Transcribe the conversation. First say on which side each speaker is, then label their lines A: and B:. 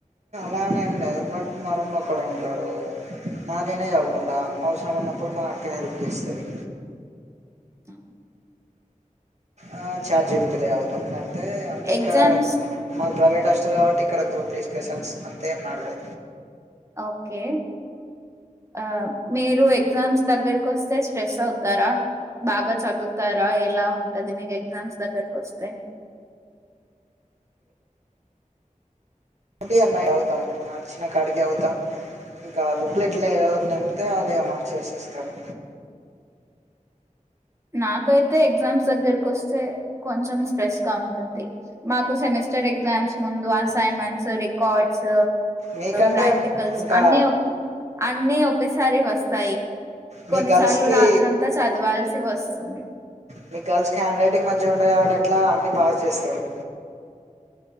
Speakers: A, on the right; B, on the right.
A: నానే ఏం లేదు బట్ మా రూమ్లు ఒక్కడ ఉంటాడు నా నేనే చదువుకుంటా అవసరం ఉన్నప్పుడు మా అక్క హెల్ప్ చేస్తుంది
B: ఆ
A: ఆ చాట్ జిపిటి లో చదువుతా అంతే
B: ఎగ్జామ్స్
A: ఇక్కడ మా ప్రైవేట్ హస్టర్ కాబట్టి ఇక్కడ గ్రూప్ డిస్కషన్స్ అంతే ఏం నడవే
B: ఓకే ఆ మీరు ఎగ్జామ్స్ దగ్గరకు వస్తే స్ట్రెస్ అవుతారా బాగా చదువుతారా ఎలా ఉంటంది మీకు ఎగ్జామ్స్ దగ్గరకు వస్తే
A: ఒకటి అన్నాయి అవుతాం చిన్న కాడికి అవుతాం ఇంకా బుక్లెట్లు నంపితే వాళ్ళ మార్స్సేస్తారు
B: నాకైతే ఎగ్జామ్స్ దగ్గరకు వస్తే కొంచెం స్ట్రెస్ గా ఉంటుంది మాకు సెమిస్టర్ ఎగ్జామ్స్ ముందు అసైన్మెంట్స్ రికార్డ్స్
A: మీకంటే
B: ప్రాక్టికల్స్
A: ఇంకా
B: అన్ని అన్ని ఒక ఒకసారి వస్తాయి
A: మీ
B: కొన్నిసార్లు
A: గర్ల్స్ కి
B: రాత్ర అంతా చదవాల్సి వస్తుంది
A: మీకు గర్ల్స్ కి హ్యాండ్ రైటింగ్ మంచిగా ఉండయి కాబట్టి ఎట్లా అన్ని పాస్ చేస్తాడు